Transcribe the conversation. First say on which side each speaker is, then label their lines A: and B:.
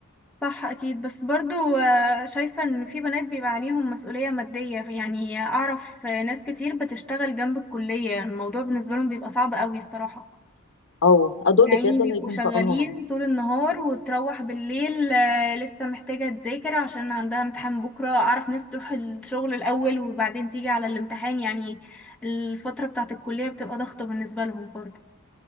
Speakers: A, in the centre; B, on the left.
A: صح اكيد بس برضو آه، شايفة ان في بنات بيبقى عليهم مسؤولية مادية يعني اعرف آه، ناس كتير بتشتغل جنب الكلية الموضوع بالنسبة لهم بيبقى صعب قوي الصراحة
B: اه آه، دول
A: يعني
B: بجد
A: بيبقوا
B: الله يكون
A: شغالين
B: في عونهم
A: طول النهار وتروح بالليل آه، لسه محتاجة تذاكر عشان عندها امتحان بكرة اعرف ناس تروح الشغل الاول وبعدين تيجي على الامتحان يعني الفترة بتاعة الكلية بتبقى ضغطة بالنسبة لهم برضو